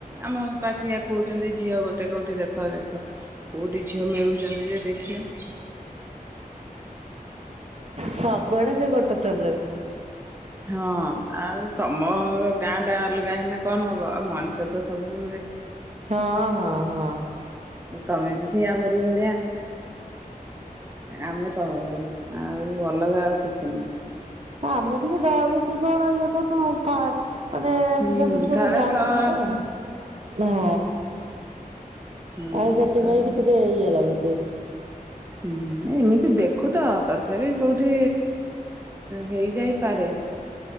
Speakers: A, on the right; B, on the right.
A: ଆମ ପାଖେ କହୁଛନ୍ତି ଝିଅ ଗୋଟେ କୋଉଠି ଦେଖ ଦେଖ କୋଉଠି ଝିଅ ମିଳୁଛନ୍ତି ଯେ ଦେଖିବ
B: ସବୁଆଡେ ସେ ଗୋଟେ ପ୍ରୋବ୍ଲେମ୍।
A: ହଁ ଆଉ ତମର ଗାଁ ଟା ଅଲଗା ହେଲେ କଣ ହବ ଆଉ ମଣିଷ ତ ସବୁ
B: ହଁ ହଁ। ହଁ।
A: ଏ ତମେ ବି ସେ ଆମରି ଭଳିଆ ଆମେ ତମ ଭଳିଆ ଆଉ ଅଲଗା ଆଉ କିଛି ନାହିଁ।
B: ଆମେ ଟିକେ ଡରିକି କଣ ଇଏ କରୁନୁ। ମାନେ ଏ
A: ହୁଁ
B: ତ ସେ ବିଷୟରେ
A: କାଳେ
B: ଜାଣିନି
A: ଫ୍ରଡ
B: ନା। ହଁ।
A: ହୁଁ
B: ଆଉ ସେଥିପାଇଁ
A: କହିଲେ
B: କି ଟିକେ ଇଏ ଲାଗୁଛି। ହମ୍ <inaudible>
A: ହୁଁ ଏମିତି ଦେଖୁ ତ ତଥାପି କୋଉଠି ହେଇ ଯାଇପାରେ।